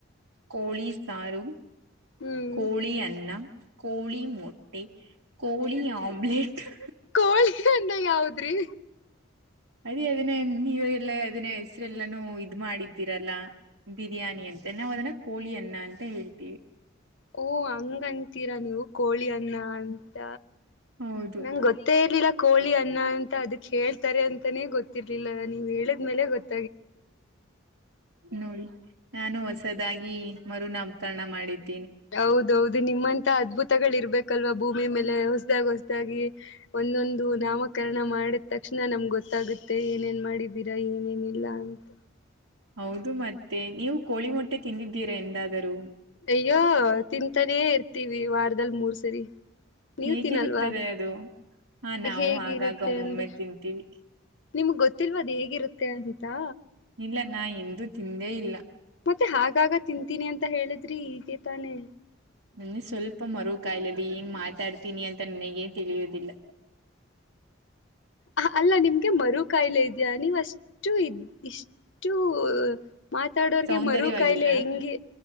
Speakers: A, on the right (about 90°); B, on the left (about 60°).
A: ಕೋಳಿ ಸಾರು
B: ಹ್ಮ್
A: ಕೋಳಿ ಅನ್ನ ಕೋಳಿ ಮಟ್ ಕೋಳಿ ಆಮ್ಲೆಟ್ <inaudible>
B: ಕೋಳಿ ಅನ್ನ ಯಾವದ್ರಿ
A: ಅದೇ ಅದನ್ನೇ ನೀವ ಎಲ್ಲ ಅದನ್ನೇ ಹೆಸರೆಲ್ಲಾನು ಇದ್ ಮಾಡಿದ ರಲ್ಲ ಬಿರಿಯಾನಿ ಅಂತ ನಾವವು ಅದನ್ನ ಕೋಳಿ ಅನ್ನ ಅಂತ ಹೇಳ್ತೀವಿ.
B: ಓ ಹಂಗಂತ ರ ನೀವು ಕೋಳಿ ಅನ್ನ ಅಂತ
A: ಹೌದು
B: ನಂ ಗೊತ್ತೇ ಇರ್ಲಿಲ್ಲ ಕೋಳಿ ಅನ್ನ ಅಂತ ಅದ ಕೇಳ್ತಾರೆ ಅಂತಾನೇ ಗೊತ್ತರ್ಲಿಲ್ಲ ನೀವ್ ಹೇಳಿದ್ಲೆ ಗೊತ್ತ
A: ನೋಡಿ ನಾನು ಹೊಸದಾಗಿ ಮರುನಮ್ಮ ಊಪಕಣ ಮಾಡಿದ್ದು.
B: ಹೌದೌದು ನಿಮ್ಮಂತ ಅದ್ಭುತಗಳ ಇರ್ಬೇಕಲ್ವಾ ಭೂಮಿ ಮೇಲೆ ಹೊಸದಾಗ ಹೊಸ್ದ ಗಿ ಒಂದೊಂದು ನಾಮಕರಣ ಮಾಡಿದ ತಕ್ಷಣ ನಮ್ಗೆ ಗೊತ್ತಾಗುತ್ತೆ ಏನೇನ್ ಮಾಡ ನಿದೀರಾ ಏನೇನಿಲ್ಲ ಅಂತ
A: ಹೌದು ಮತ್ತೆ ನೀವು ಕೋಳಿ ಮೊಟ್ಟೆ ತಿಂದಿದ್ದೀರಾ ಎಂದಾದರೂ
B: ಅಯ್ಯೋ ತಿಂತಾನೇ ಇರ್ತೀವಿ ವಾರದಲಿ ಮೂರ್ ಸರಿ. ನೀವ್
A: ಹೇಗಿರುತ್ತದೆ
B: ತಿನ್ನಲ್ವಾ
A: ಅದು ಹಾ ನಾವು
B: ಹೇಗಿರುತ್ತೆ
A: ಆಗಾಗ ಒಮ್ಮೊಮ್ಮೆ
B: ಅಂದ್ರೆ
A: ತಿಂತೀವಿ
B: ನಿಮ್ಗ್ ಗೊತ್ತಿಲ್ವದು ಹೇಗಿರುತ್ತೆ. ಅಂತಾ.
A: ಇಲ್ಲ ನಾ ಎಂದು ತಿಂದೇ ಇಲ್ಲ
B: ಮತ್ತೆ ಹಾಗಾಗ ತಿಂತೀನಿ ಅಂತ ಹೇಳಿದ್ರಿ ಹೀಗ ತಾನೇ.
A: ನನ್ನಗೆ ಸ್ವಲ್ಪ ಮರು ಕಾಯಿಲದೆ ಏನ್ ಮಾತಾಡ್ತೀನಿ ಅಂತ ನನಗೇ ತಿಳಿಯುದಿಲ್ಲ.
B: ಅ ಅಲ್ಲ ನಿಮ್ಗೆ ಮರು ಕಾಯಿಲೆ ಇದ್ಯಾ ನೀವ್ ಅಷ್ಟು ಇದ್ಯ ಇಷ್ಟ ಅಷ್ಟು ಮಾತಾಡೋರ್ಗೆ
A: ಸೌಂದರ್ಯವಾಗಿದ್ದೀನ
B: ಮರು ಕಾಯಿಲೆ ಹೆಂಗೆ